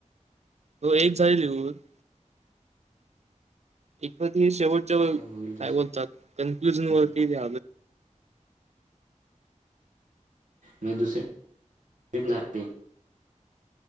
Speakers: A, on the right (about 60°); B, on the right (about 80°).
A: हो एक झाईल होन एकम शेवटच्या
B: होईल दुसरी
A: काय बोलतात कन्क्ल्युजन वरतीलं
B: पण मग दुसरी पण झाली